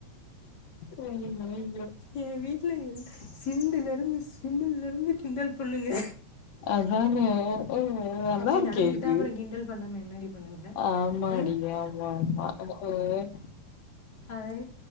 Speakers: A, on the left; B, on the left.
A: ஆ
B: ஏ வீட்டுல என் சிண்டுலிருந்து சிமிலருந்து கிண்டல் பண்ணுங்க
A: அதான அ நல்லா
B: அப்படி
A: இருக்கே
B: நடந்துக்கிட்டா
A: இது
B: அப்புறம் கிண்டல் பண்ணாமல் என்னடி பண்ணுங்க
A: ஆமாடி
B: ஆ
A: ஆமா ஆமா ஆமா ஆ
B: அதை